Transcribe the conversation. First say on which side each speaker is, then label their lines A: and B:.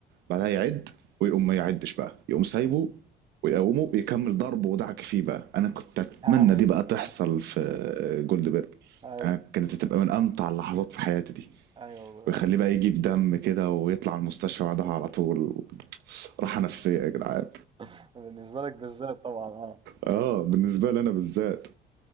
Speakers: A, on the right; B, on the right.
A: بعدها يعد ويقوم ما يعدش بقى يقوم سايبه
B: مم.
A: ويقومه يكمل ضربه ودعك فيه بقى انا كنت اتمنى
B: <laughs>
A: دي بقى تحصل في جولدبرج
B: ايوه
A: انا كانت هتبقى من امتع اللحظات في حياتي دي
B: ايوه
A: ويخليه بقى يجي بدم كده ويطلع المستشفى بعدها على طول راحة نفسية يا جدعان
B: <laughs> بالنسبه لك بالذات طبعا آه.
A: اه بالنسبة لي انا بالذات